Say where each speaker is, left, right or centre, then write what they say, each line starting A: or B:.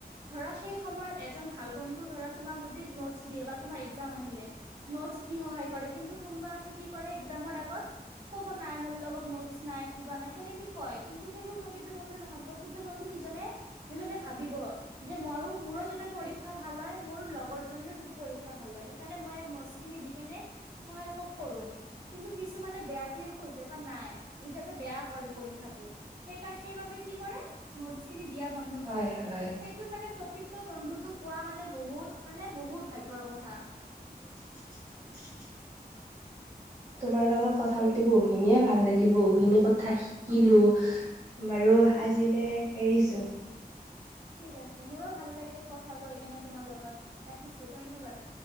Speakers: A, on the right; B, on the right.
A: ধৰা, সেই সময়ত এজন ভাল বন্ধু ধৰা তোমাক যদি নোটছ দিয়ে বা তোমাৰ একজাম আহিলে। নোটচ দি সহায় কৰে, কিন্তু কোনোবা আছে, কি কৰে, একজামৰ আগত ক'ব নাই, মোৰ লগত নোটচ নাই, কিবা নাই সেনেকে কয়, কিন্তু সেইবোৰ প্ৰকৃত বন্ধু নহয়, প্ৰকৃত বন্ধু সিজনে, যিজনে ভাবিব। যে, ময়ো মোৰো যাতে পৰীক্ষা ভাল হয়, মোৰ লগৰজনীৰো যাতে পৰীক্ষা ভাল হয়। সেইকাৰণে মই ইয়াক নোটছখিনি দি কেনে সহায় খুব কৰোঁ, কিন্তু কিছুমানে বেয়াতোয়ে খোজে বা নাই ই যাতে বেয়া কৰে পৰী পৰীক্ষাতো, সেইকা, সেইবাবে কি কৰে নোটচখিনি দিয়া বন্ধ কৰে,
B: হয় হয়
A: সেইটো মানে প্ৰকৃত তো বন্ধুতো পোৱা মানে বহুত, মানে বহুত ভাগ্যৰ কথা।
B: <unintelligible> তোমাৰ লগত কথা পাতি বহুখিনিয়ে ভাল লাগিল, বহুখিনিয়ে কথাই শিকিলোঁ
A: অ
B: বাৰু,
A: হয়
B: আজিলে এৰিছোঁ।
A: ঠিক আছে, মোৰো ভাল লাগিল কথা কৈ কেনে তোমাৰ লগত ৰাখিছো, ধন্যবাদ।